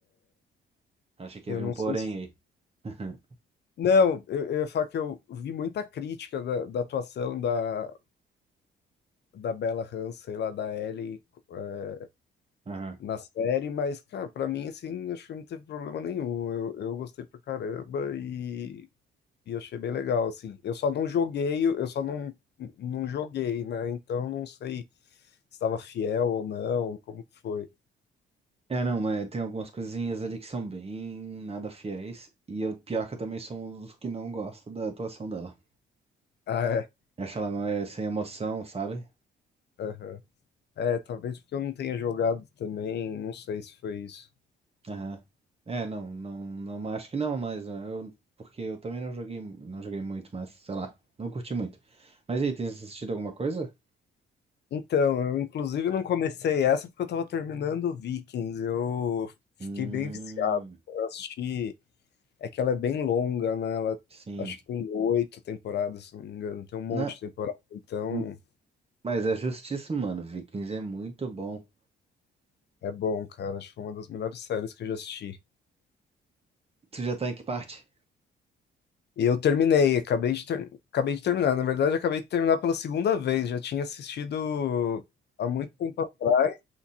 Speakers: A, on the right; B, on the left.
A: Achei que
B: Eu
A: havia
B: não
A: um porém
B: sei se.
A: aí. <laughs>
B: Não, eu, eu ia falar que eu vi muita crítica da, da atuação da, da Bella Ramsey, lá da Ellie, eh,
A: Aham.
B: na série, mas, cara, pra mim, assim, acho que não teve problema nenhum. Eu, eu gostei pra caramba e E eu achei bem legal, assim. Eu só não joguei, eu só não, não joguei, né? Então não sei se estava fiel ou não, como que foi.
A: É, não, mas tem algumas coisinhas ali que são bem nada fiéis, e eu, pior que eu também sou um dos que não gosta da atuação dela.
B: Ah, é.
A: Eu acho ela mais sem emoção, sabe?
B: Aham. É, talvez porque eu não tenha jogado também, não sei se foi isso.
A: Aham. É, não, não, não, acho que não, mas eh, eu, porque eu também não joguei, não joguei muito, mas sei lá, não curti muito. Mas e aí, tem assistido alguma coisa?
B: Então, eu inclusive não comecei essa porque eu tava terminando Vikings. Eu fiquei
A: Hum,
B: bem viciado. Eu assisti. É que ela é bem longa, né? Ela
A: sim.
B: acho que tem oito temporadas, se não me engano. Tem um monte
A: Na,
B: de temporada. Então,
A: hum, mas é justíssimo, mano. Vikings é muito bom.
B: é bom, cara. Acho que foi uma das melhores séries que eu já assisti.
A: Tu já tá em que parte?
B: E eu terminei, acabei de, ter- acabei de terminar. Na verdade, acabei de terminar pela segunda vez. Já tinha assistido há muito tempo atrás.